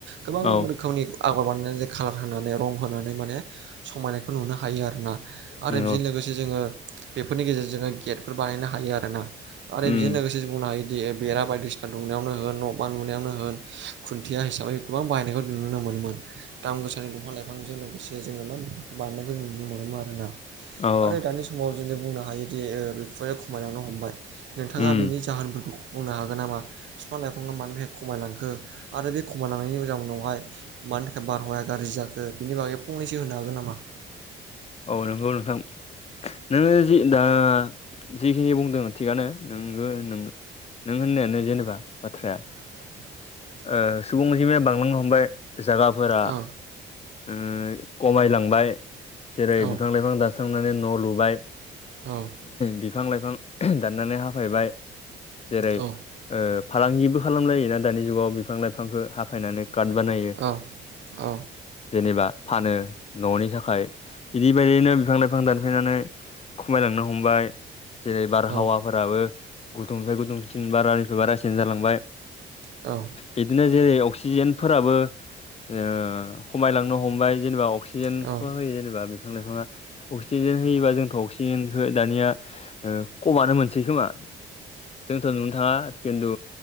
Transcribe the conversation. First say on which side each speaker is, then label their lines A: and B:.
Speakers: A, on the right; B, on the left.
A: गोबां
B: औ
A: रोखोमनि आगर बानायनानै जे खाालार होनानै रं होनानै माने समायनायखौ नुनो हायो आरोना आरो
B: नंगौ
A: बेजों लोगोसे जोङो बेफोरनि गेजेरजों गेटफोर बानायनो हायो आरो ना आरो
B: उम
A: बेजों लोगोसे बुंनो हायोदि बेरा बायदिसिना दुमनायावनो होन न' बां लुनायावनो होन खुन्थिया हिसाबै गोबां बायहायनायखौ नुनो मोनोमोन। दाम गोसानि दंफां लाइफांजों लोगोसे जोङो मा बानायनायखौ जों नुनो मोनोमोन आरोना?
B: औ औ
A: आरो दानि समाव जों बुंनो हायोदि ओ बिफांआ खमायलांनो हमबाय। नोंथाङा
B: उम
A: बेनि जाहोनफोरखौ बुंनो हागोन नामा फिफां लाइफांया मानि थाखाय खमायलांखो आरो बे खमायलांनायनि जाउनावहाय मानि थाखाय बारहावाया गाज्रि जाखो बिनि बागै फंनैसो होनो हागोन नामा?
B: औ नंगौ नोंथां। नोङो जि दा जिखिनि बुंदों थिगानो नोंगो नों नों होननायानो जेनेबा बाथ्राया
A: <unintelligible>
B: ओ सुबुं अनजिमाया बांलांनो हमबाय जागाफोरा
A: औ
B: ओ खमायलां बाय जेरै
A: औ
B: बिफां लाइफां दास्रांनानै न' लुबाय।
A: औ।
B: बिफां लाइफां दाननानै हाफायबाय जेरै
A: औ
B: ओ फालांगिबो खालामलायो ना दानि जुगाव बिफां लाइफांखौ हाफायनानै काट बानायो।
A: औ औ
B: जेनेबा फानो न'नि थाखाय। इदि बायदियैनो बिफां लाइफां दानफैनानै खमायलांनो हमबाय जेरै बारहावा
A: औ
B: फोराबो गुदुंनिफ्राय गुदुंसिन बारानिफ्राय बारासिन जालांबाय।
A: औ।
B: बदिनो जेरै अक्सिजेनफोराबो ओ खमायलांनो हमबाय जेनेबा अक्सि जेनथ'
A: औ
B: होयो
A: औ औ
B: जेनेबा बिफां लाइफाङा अक्सिजेन होयोबा जोंथ' अक्सिजेनखौ दानिया ओ खमानो मोनसै खोमा जोंथ' नुनो थाङा खिन्थु